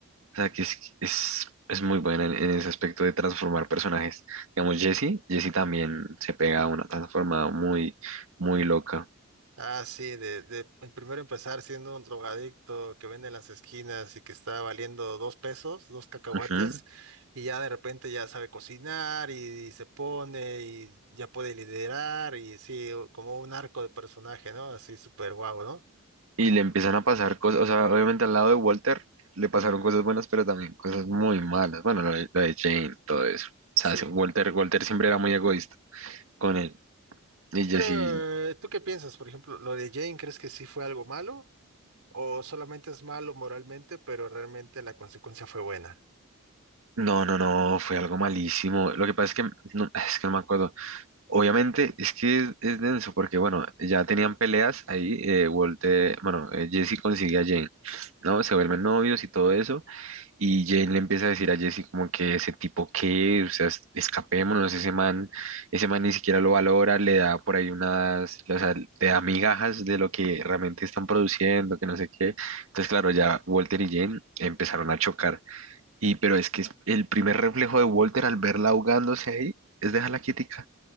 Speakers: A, on the right; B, on the right.
A: o sea, que es, es, es muy buena en, en ese aspecto de transformar personajes. Digamos, Jesse, Jesse también se pega a una transformada muy, muy loca.
B: Ah, sí, de, de primero empezar siendo un drogadicto que vende en las esquinas y que está valiendo dos pesos, dos cacahuates,
A: Ujú.
B: y ya de repente ya sabe cocinar y, se pone y ya puede liderar y sí, como un arco de personaje, ¿no? Así súper guau, ¿no?
A: y le empiezan a pasar cosas, o sea, obviamente al lado de Walter le pasaron cosas buenas, pero también cosas muy malas. Bueno, la de, la de Jane, todo eso. O sea,
B: Sí.
A: se- Walter, Walter siempre era muy egoísta con él. Y Jesse,
B: Pero, eh, ¿tú qué piensas? Por ejemplo, lo de Jane, ¿crees que sí fue algo malo? ¿O solamente es malo moralmente, pero realmente la consecuencia fue buena?
A: no, no, no, fue algo malísimo. Lo que pasa es que no, <sighs> es que no me acuerdo. Obviamente es que es, es denso porque, bueno, ya tenían peleas ahí. eh, Walter, bueno, eh, Jesse consigue a Jane, ¿no? Se vuelven novios y todo eso. Y Jane le empieza a decir a Jesse como que ese tipo qué o sea, es- escapémonos, ese man, ese man ni siquiera lo valora, le da por ahí unas, o sea, le da migajas de lo que realmente están produciendo, que no sé qué. Entonces, claro, ya Walter y Jane empezaron a chocar. Y, pero es que es- el primer reflejo de Walter al verla ahogándose ahí es dejarla quietica.